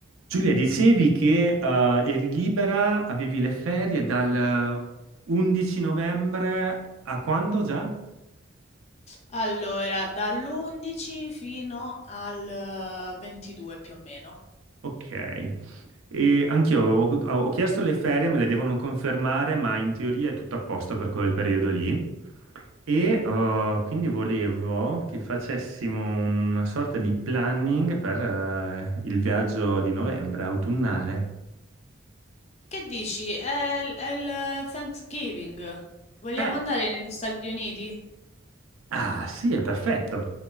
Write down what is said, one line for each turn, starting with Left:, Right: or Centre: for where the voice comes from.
Right: Giulia, dicevi che eh, eri libera, avevi le ferie dal 11 novembre a quando già?
Left: Allora, dall'11 fino al 22 più o meno.
Right: Ok. E anch'io avevo- ho ho chiesto le ferie, me le devono confermare, ma in teoria è tutto a posto per quel periodo lì. E
Left: Mhm.
Right: eh, quindi volevo che facessimo una sorta di planning per eh, il viaggio di novembre, autunnale.
Left: Che dici? È, il- è il Thanksgiving. Vogliamo
Right: Eh,
Left: andare negli Stati Uniti?
Right: ah, sì, è perfetto.